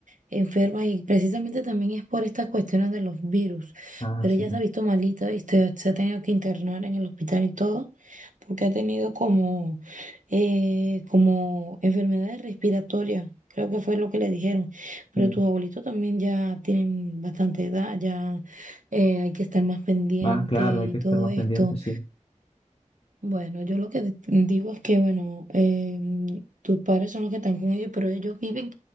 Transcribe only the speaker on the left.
Ah,
sí,
pues,
sí.
Más claro,
hay que estar
más
pendiente, sí.